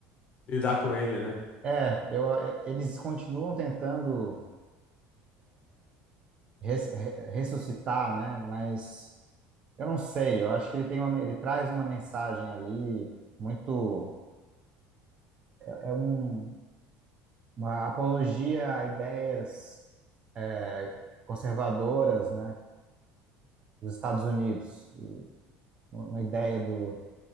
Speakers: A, on the left; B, on the right.
A: lidar com ele, né?
B: É, eu, é, eles continuam tentando res- re- ressuscitar, né? Mas eu não sei. Eu acho que ele tem uma, ele traz uma mensagem ali muito, é um, uma apologia a ideias é, conservadoras, né? Dos Estados Unidos, E uma ideia do,